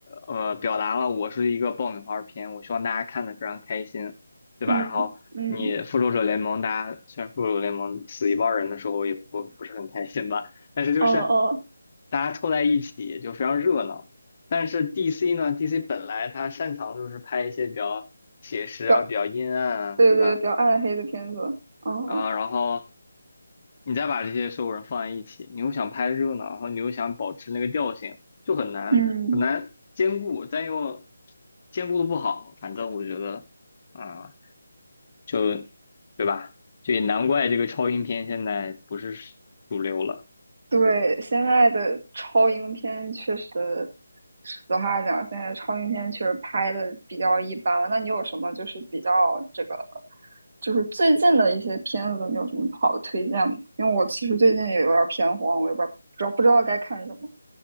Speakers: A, on the left (about 35°); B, on the right (about 45°).
A: 呃表达了我是一个爆米花片，我希望大家看的非常开心，对吧？
B: 嗯
A: 然后你复仇者联盟，
B: 嗯
A: 大家虽然复仇者联盟死一半人的时候也不不是很开心吧，但是就是
B: 哦哦，
A: 大家凑在一起就非常热闹。但是 DC 呢，DC 本来它擅长就是拍一些比较写实啊、
B: 比较
A: 比较阴暗啊，
B: 对对比较暗黑的片子，
A: 对吧？
B: 嗯嗯
A: 啊，然后你再把这些所有人放在一起，你又想拍热闹，然后你又想保持那个调性，就很难很难兼顾，
B: 嗯。
A: 但又兼顾的不好。反正我觉得，啊、就对吧？就也难怪这个超英片现在不是主流了。
B: 对，现在的超英片确实，实话讲，现在超英片确实拍的比较一般了。那你有什么就是比较这个，就是最近的一些片子，你有什么好的推荐吗？因为我其实最近也有点偏荒，我也不知道不知道不知道该看什么。